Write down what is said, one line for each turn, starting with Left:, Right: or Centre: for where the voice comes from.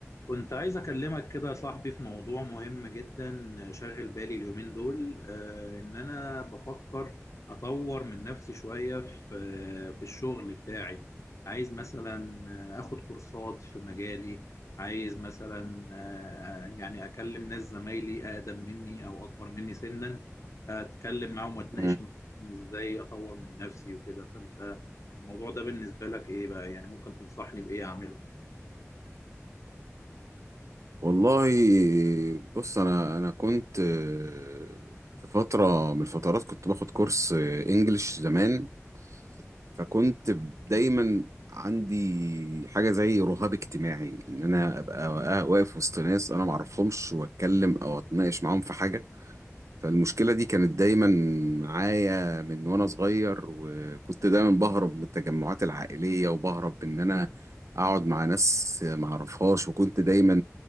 Left: كنت عايز أكلمك كده يا صاحبي في موضوع مهم جدا شاغل بالي اليومين دول آه، إن أنا بفكر أطور من نفسي شوية في آه، في الشغل بتاعي عايز مثلا آه، آخد كورسات في مجالي عايز مثلا آه، آه، يعني أكلم ناس زمايلي أقدم مني أو أكبر مني سنا أتكلم معاهم وأتناقش
Right: مم.
Left: معاهم إزاي أطور من نفسي وكده فأنت الموضوع ده بالنسبة لك إيه بقى يعني ممكن تنصحني بإيه أعمله؟
Right: والله بص انا انا كنت آه، في فتره من الفترات كنت باخد كورس آه، انجليش زمان فكنت دايما عندي حاجه زي رهاب اجتماعي ان انا ابقى واقف وسط ناس انا ما اعرفهمش واتكلم او اتناقش معاهم في حاجه فالمشكلة دي كانت دايما معايا من وانا صغير وكنت دايما بهرب من التجمعات العائلية وبهرب ان انا اقعد مع ناس معرفهاش وكنت دايما